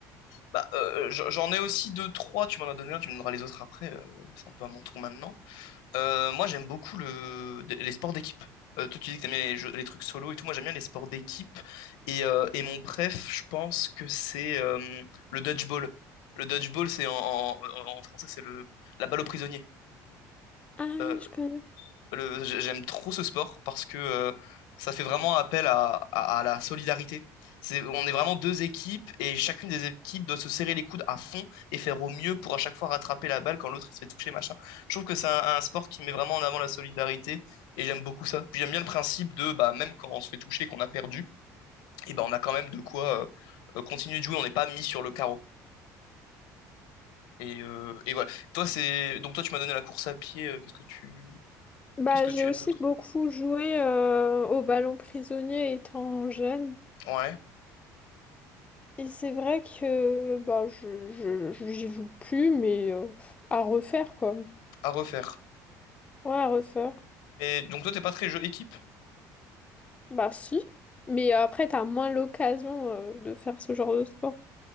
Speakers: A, on the left (about 80°); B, on the left (about 15°).
A: Bah euh, j- j'en ai aussi deux, trois, tu m'en as donné un, tu me donneras les autres après, euh, c'est un peu à mon tour maintenant. Euh, moi j'aime beaucoup le, les sports d'équipe. Euh, toi tu dis que t'aimes les, jeux- les trucs solo et tout, moi j'aime bien les sports d'équipe. Et, euh, et mon préf, je pense que c'est euh, le dodgeball. Le dodgeball, c'est en, en, en français, c'est le la balle au prisonnier.
B: Ah oui,
A: Euh,
B: je connais.
A: Le- j- J'aime trop ce sport parce que euh, ça fait vraiment appel à, à- à la solidarité. C'est, on est vraiment deux équipes et chacune des équipes doit se serrer les coudes à fond et faire au mieux pour à chaque fois rattraper la balle quand l'autre il se fait toucher, machin. Je trouve que c'est un, un sport qui met vraiment en avant la solidarité et j'aime beaucoup ça. Puis j'aime bien le principe de bah, même quand on se fait toucher, qu'on a perdu, et ben on a quand même de quoi euh, euh, continuer de jouer, on n'est pas mis sur le carreau. Et, euh, et voilà. Toi, c'est... Donc toi, tu m'as donné la course à pied. euh, Qu'est-ce que tu...
B: Bah,
A: Qu'est-ce que
B: j'ai
A: tu
B: aussi
A: aimes d'autre?
B: beaucoup joué euh, au ballon prisonnier étant jeune.
A: Ouais,
B: Et c'est vrai que bah je, je, je- j'y joue plus, mais euh, à refaire quoi.
A: à refaire.
B: Ouais, à refaire.
A: Mais donc toi, t'es pas très jeu équipe?
B: Bah si. Mais après, t'as moins l'occasion euh, de faire ce genre de sport.